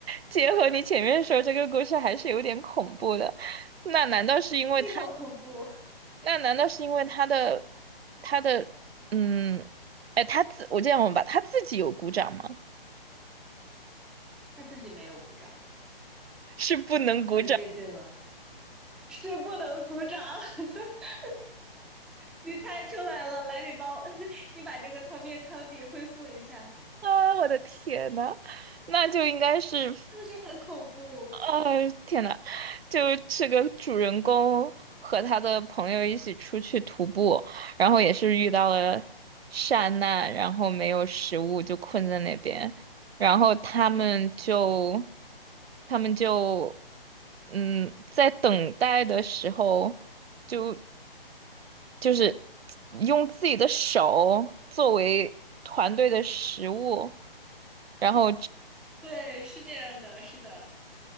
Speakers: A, on the right (about 85°); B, in the centre.
A: 结合你前面说这个故事还是有点恐怖的。那难道是因为他？
B: <laughs> 非常恐怖，
A: 那难道是因为他的他的嗯，哎，他自我这样问吧，他自己有鼓掌吗？
B: 他自己没有鼓掌，
A: 是不能鼓掌
B: 很接近了，是不能鼓掌。<laughs> 你猜出来了，来，你帮我，<laughs> 你把这个汤面汤底恢复一下，
A: 啊！我的天呐，那就应该是。
B: 是不是很恐怖？
A: 啊天呐，就这个主人公和他的朋友一起出去徒步，然后也是遇到了山难，然后没有食物就困在那边，然后他们就他们就嗯，在等待的时候就就是用自己的手作为团队的食物，然后。
B: 对，是这样的，是的，